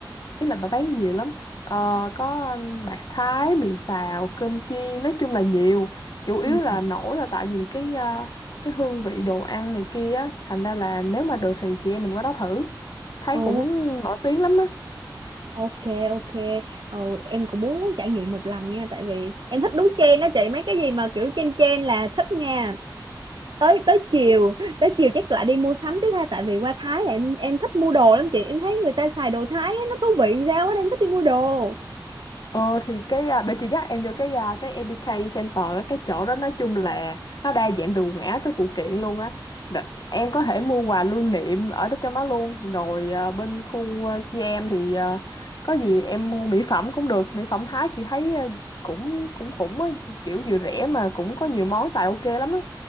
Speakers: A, on the left; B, on the right.
A: Ý là bà bán nhiều lắm. Ờ, có bạc Thái, mì xào, cơm chiên, nói chung là nhiều. Chủ yếu
B: Ừ.
A: là nổi là tại vì cái à, cái hương vị đồ ăn này kia á, thành ra là nếu mà được thì chị em mình qua đó thử. Thấy
B: Ồ.
A: cũng nổi tiếng lắm á.
B: Ok ok ờ, em cũng muốn trải nghiệm một lần nha tại vì em thích đúng trend đó chị mấy cái gì mà kiểu trend trend là thích nha tới tới chiều tới chiều chắc lại đi mua sắm tiếp ha tại vì qua Thái là em em thích mua đồ lắm chị em thấy người ta xài đồ Thái á, nó thú vị sao á nên em thích đi mua đồ
A: Ờ thì cái à, để chị dắt em vô cái à, cái MBK Center á, cái chỗ đó nói chung là nó đa dạng từ quần áo tới phụ kiện luôn á Đ- em có thể mua quà lưu niệm ở đó trong đó luôn rồi à, bên khu à, CM thì à, có gì em mua mỹ phẩm cũng được mỹ phẩm Thái chị thấy à, cũng cũng cũng á, kiểu vừa rẻ mà cũng có nhiều món xài ok lắm á